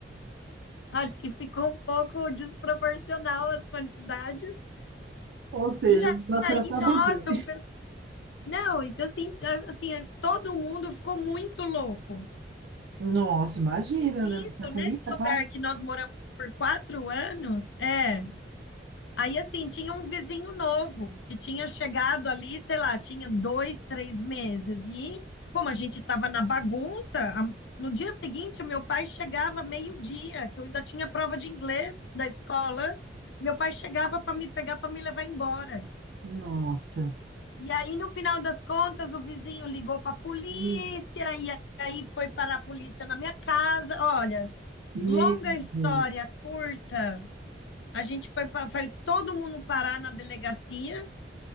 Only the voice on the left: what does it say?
Acho que ficou um pouco desproporcional as quantidades.
E
aí,
nossa, o pe- não, então assim, tá- assim, é- todo mundo ficou muito louco.
Nisso,
nesse lugar
que nós moramos por quatro anos, é. Aí, assim, tinha um vizinho novo que tinha chegado ali, sei lá, tinha dois, três meses. E como a gente estava na bagunça, a- no dia seguinte, meu pai chegava meio-dia, que eu ainda tinha prova de inglês da escola. Meu pai chegava para me pegar, para me levar embora.
E aí, no final das contas, o vizinho ligou para a polícia,
e aí foi parar a polícia na minha casa. Olha,
longa história
curta, a gente foi, pa- foi todo mundo parar na delegacia.